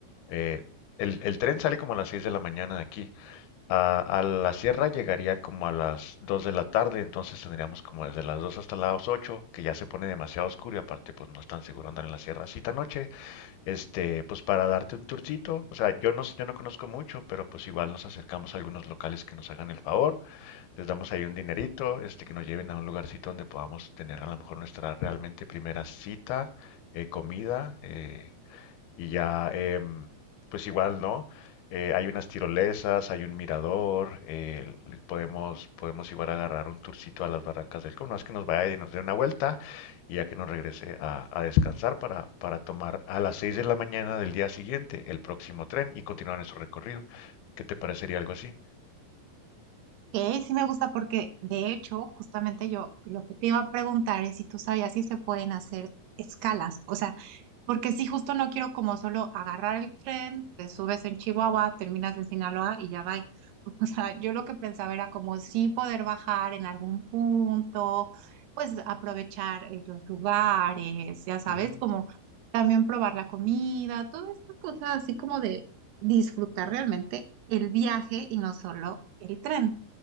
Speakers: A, on the left (about 75°); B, on the right (about 75°).
A: eh, el, el tren sale como a las 6 de la mañana de aquí. A, a la sierra llegaría como a las 2 de la tarde, entonces tendríamos como desde las 2 hasta las 8 que ya se pone demasiado oscuro y aparte pues no es tan seguro andar en la sierra así tan noche. Este, pues para darte un tourcito, o sea, yo no, s- yo no conozco mucho, pero pues igual nos acercamos a algunos locales que nos hagan el favor, les damos ahí un dinerito, este, que nos lleven a un lugarcito donde podamos tener a lo mejor nuestra realmente primera cita, eh, comida, eh, y ya, em, pues igual, ¿no? Eh, hay unas tirolesas, hay un mirador, eh, le- podemos, podemos igual agarrar un tourcito a las Barrancas del Cono, es que nos vaya y nos dé una vuelta y ya que nos regrese a, a descansar para, para tomar a las 6 de la mañana del día siguiente el próximo tren y continuar nuestro recorrido. ¿Qué te parecería algo así?
B: Eh, sí me gusta porque, de hecho, justamente yo lo que te iba a preguntar es si tú sabías si se pueden hacer escalas, o sea, porque si justo no quiero como solo agarrar el tren, te subes en Chihuahua, terminas en Sinaloa y ya va. <laughs> O sea, yo lo que pensaba era como sí poder bajar en algún punto, pues aprovechar eh, los lugares, ya sabes,
A: Ujú.
B: como también probar la comida, todas estas cosas así como de disfrutar realmente el viaje y no solo el tren.